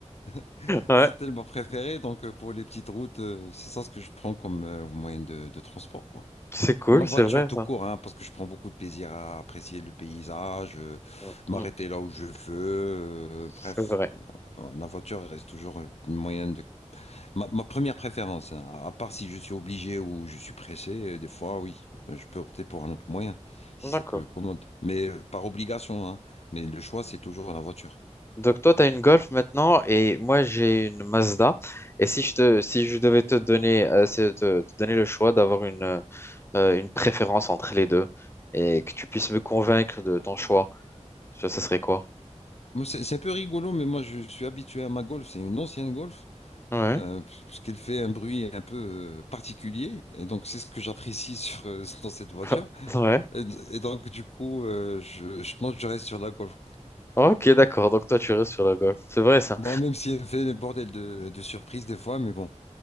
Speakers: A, on the left (about 60°); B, on the left (about 20°).
A: <laughs>
B: Ouais,
A: C'est tellement préféré. Donc, euh, pour les petites routes, euh, c'est ça ce que je prends comme euh, moyen de, de transport, quoi.
B: c'est cool,
A: Moi, voiture
B: c'est vrai
A: tout
B: ça.
A: court, hein, parce que je prends beaucoup de plaisir à apprécier le paysage, euh,
B: Mm,
A: m'arrêter
B: mm,
A: là où je veux. euh,
B: C'est
A: bref,
B: vrai.
A: Ouais, la voiture reste toujours le moyen de Ma, ma première préférence, hein, à part si je suis obligé ou je suis pressé, euh, des fois, oui, euh, je peux opter pour un autre moyen, si
B: D'accord.
A: c'est plus commode. Mais euh, par obligation, hein. mais le choix, c'est toujours la voiture.
B: Donc toi, tu as une Golf maintenant et moi, j'ai une Mazda. Et si je te, si je devais te donner, euh, c'est te, te donner le choix d'avoir une, euh, euh, une préférence entre les deux et que tu puisses me convaincre de ton choix, ça ça serait quoi?
A: Moi, C'est c'est un peu rigolo, mais moi, je suis habitué à ma Golf. C'est une ancienne Golf,
B: Ouais.
A: euh, puisqu'elle fait un bruit un peu euh, particulier. Et donc, c'est ce que j'apprécie sur, euh, <laughs> dans cette voiture.
B: <laughs> Ouais.
A: Et, et donc, du coup, euh, je, je, non, je reste sur la Golf, quoi.
B: Ok, d'accord. Donc toi, tu restes sur la Golf. C'est vrai ça.
A: Bon, même si elle fait des bordels de, de surprises des fois, mais bon.